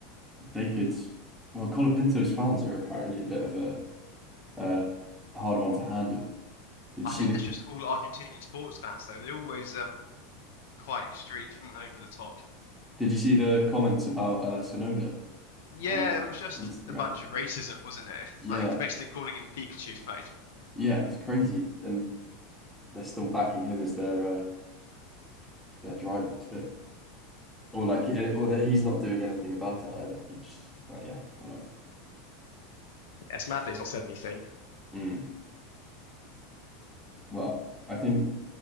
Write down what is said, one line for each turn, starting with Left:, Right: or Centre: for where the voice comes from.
Centre: they could. Well, Colapinto's fans are apparently a bit of a uh, hard one to handle. Did
Left: I
Centre: you
Left: think
Centre: see the
Left: that's just all Argentinian sports fans, though. They're always um, quite extreme <laughs> and over the top.
Centre: Did you see the comments about uh, Sonoda
Left: Yeah,
Centre: on
Left: it was just
Centre: Instagram?
Left: a bunch of racism, wasn't it? <laughs>
Centre: Yeah,
Left: Like it's basically calling him Pikachu. Like
Centre: yeah, it was crazy, and they're still backing him as their uh, their driver. It's a bit, or like, or that he's not doing anything about it either. He just, but yeah, whatever.
Left: yeah, it's mad that he's not said anything.
Centre: Mm. Well, I think